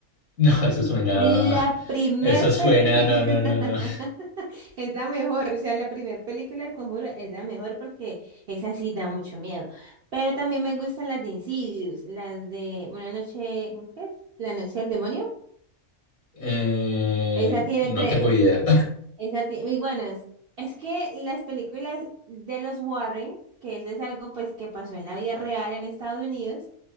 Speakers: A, on the left; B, on the right.
A: No, eso suena,
B: La primer
A: eso suena,
B: película
A: no,
B: <laughs>
A: no, no, no,
B: es la mejor, o sea, la primer película del Conjuro es la mejor porque esa sí da mucho miedo. Pero también me gustan las de Insidious, las de Una noche, ¿cómo que es? La noche del demonio.
A: Eh,
B: Esa tiene
A: no
B: tres.
A: tengo idea.
B: Esa ti- y bueno, es, es que las películas de los Warren, que eso es algo pues que pasó en la vida real en Estados Unidos,